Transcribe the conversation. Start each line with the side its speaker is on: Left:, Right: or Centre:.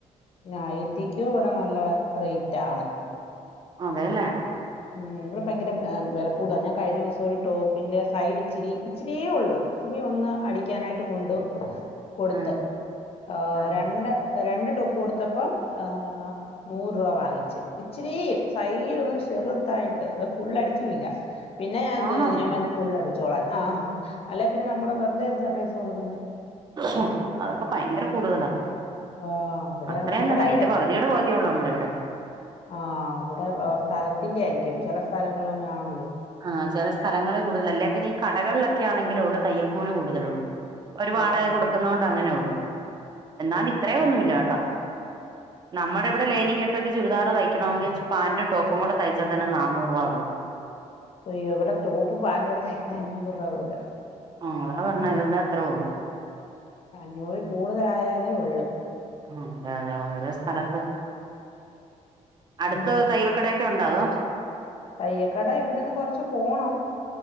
Left: നൈറ്റിക്കും ഇവടെ നല്ല റേറ്റാണ്
Right: അതെലേ
Left: ഉം ഇവിടെ ഭയങ്കര ഏ വെല കൂട്താ ഞാൻ കഴിഞ്ഞ ദിവസൊര് ടോപ്പിൻ്റെ സൈഡ് ഇച്ചിരി ഇച്ചിരിയേ ഒള്ളൂ ഇച്ചിരി ഒന്ന് അടിക്കാനായിട്ട് കൊണ്ടു കൊട്ത്ത്
Right: ആ
Left: ഏ
Right: ആ
Left: രണ്ട് രണ്ട് ടോപ്പ് കൊട്ത്തപ്പം ഏ നൂറ് രൂപ വാങ്ങിച്ച് ഇച്ചരീം സൈഡോന്ന് ഷ് ചെറ്തായിട്ട് അത് ഫുള്ള് അടിച്ചും ഇല്ല പിന്നെ ഞാൻ എന്തോ
Right: ആണോ
Left: ചെയ്ത് ഞാൻ പറഞ്ഞു ഫുള്ളടിച്ചോളാൻ ആഹ് അല്ലെ പിന്നെ നമ്മള് വെറ്തെ എന്തിനാ പൈസ കൊട്ക്കുന്നെ
Right: ഉം അതൊക്കെ ഭയങ്കര കൂട്തലാ
Left: ആഹ് അവിടെ
Right: അത്രയൊന്നുല്ല
Left: ഇവിടെ
Right: അയിന്റെ പകുതിയുടെ പകുതി ഒള്ളൂ നമ്മടെ ഇവിടെ
Left: ആഹ് ഇവിടെ സ്ഥലത്തിന്റെ ആയിരിക്കും ചെല സ്ഥലങ്ങളിൽ അങ്ങനെയാണല്ലോ
Right: ആഹ് ചെല സ്ഥലങ്ങളിൽ കൂടുതലാ അല്ലേ പിന്നെ ഈ കടകളിലൊക്കെ ആണെങ്കിലൊള്ളൂ തയ്യൽക്കൂലി കൂടുതലൊള്ളു ഓര് വാടക
Left: ഉം ഉം
Right: കൊട്ക്കുന്നോണ്ട് അങ്ങനെ ഒള്ളു എന്നാല്
Left: ഉം
Right: ഇത്രയൊന്നുല്ല ട്ടോ നമ്മടെ
Left: ഉം
Right: ഇവിടെ ലൈനിങ് ഇട്ടിട്ട് ചുരിദാറ് തയ്ക്കണെങ്കിൽ പാന്റും ടോപ്പും കൂടെ തയ്ച്ചാ തന്നെ നാനൂറ് രൂപാ ഒള്ളൂ
Left: അയ്യോ ഇവിടെ ടോപ്പും പാൻും കൂടെ തയ്ക്കണെങ്കിൽ അഞ്ഞൂറ് രൂപ കൊടുക്കണം
Right: ആഹ് അതാ പറഞ്ഞത് ഇവടെ അത്ര ഒള്ളൂ
Left: അഞ്ഞൂറിൽ കൂടുതലായാലേ ഒള്ളു
Right: ആഹ് അതെ അതെ ഓരോ സ്ഥലത്ത് അടുത്ത്
Left: ഉം
Right: തയ്യൽ കടയൊക്കെ ഉണ്ടോ അതോ
Left: തയ്യക്കട ഇവിടെന്ന് കൊറച്ച് പോണം